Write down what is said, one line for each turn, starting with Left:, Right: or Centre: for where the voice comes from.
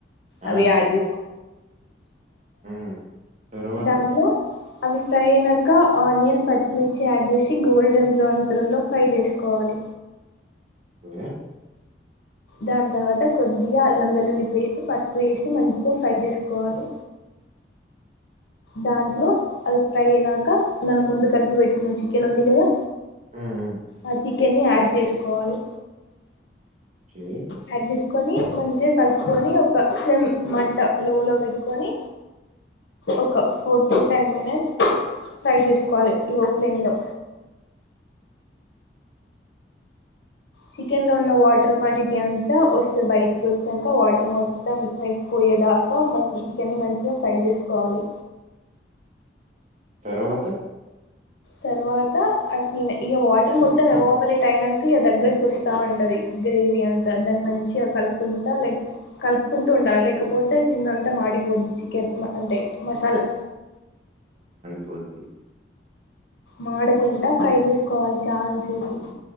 Right: ఆ!
Left: అవి ఆడ్ చెయ్
Right: హ్మ్ తర్వాత
Left: దాంట్లో అవి ఫ్రై అయినాక ఆనియన్ పచ్చిమిర్చి యాడ్ చేసి గోల్డెన్ బ్రౌన్ కలర్లో ఫ్రై చేసుకోవాలి.
Right: ఆ
Left: దాని తర్వాత కొద్ది అల్లం వెల్లుల్లి పేస్ట్ పసుపు వేసి మంచిగా ఫ్రై చేసుకోవాలి. దాంట్లో అది ఫ్రై అయినాక మనం ముందు కలిపి పెట్టుకున్న చికెన్ ఉంది కదా
Right: హ్మ్.
Left: ఆ చికెన్ని యాడ్ చేసుకోవాలి
Right: జే
Left: యాడ్ చేస్ కొని మంచిగా కలుపుకొని ఒక సిమ్ మంట లో లో పెట్టుకొని ఒక four to ten minutes fry చేసుకోవాలి లో ఫ్లేమ్లో చికెన్ లో ఉన్న వాటర్ క్వాంటిటీ అంతా వస్తది. బయటికి వచ్చినంక వాటర్ మొత్తం లైక్ పోయేదాకా మనం చికెన్ ని మంచిగా ఫ్రై చేసుకోవాలి.
Right: తర్వాత
Left: తరువాత అది ఇగ వాటర్ మొత్తం ఎబో పరేట్ అయినాంక ఇగ దగ్గరికి వస్తా ఉంటుంది. గ్రేవీ అంతా దాన్ని మంచిగా కలుపుకుంటా లైక్ కలుపుకుంటూ ఉండాలి లేకపోతే కిందంతా మాడిపోద్ది చికెన్ అంటే మసాలా.
Right: పోద్ది
Left: మాడకుంటా ఫ్రై చేసుకోవాలి చాన్ సేపు